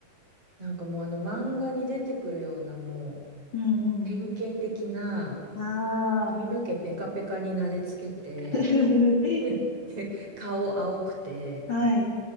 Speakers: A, on the right (about 35°); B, on the left (about 25°).
A: なんかもうあの漫画に出てくるようなもう
B: うんうん。
A: 典型的な
B: ああ、
A: 髪の毛ペカペカになでつけて、
B: <laughs> ふふふ。
A: <laughs> で顔青くて、
B: はい。